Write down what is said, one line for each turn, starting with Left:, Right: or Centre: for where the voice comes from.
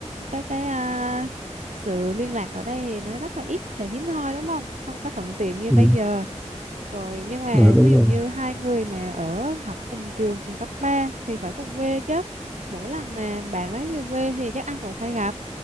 Right: cái cái à, sự liên lạc ở đây thì nó rất là ít và hiếm hoi đúng không không có thuận tiện như
Centre: ừ,
Right: bây giờ rồi nhưng mà
Centre: rồi đúng
Right: ví dụ
Centre: rồi
Right: như hai người mà ở học cùng trường cùng cấp 3 thì phải cùng quê chứ mỗi lần mà bạn ấy về quê thì các anh cũng phải gặp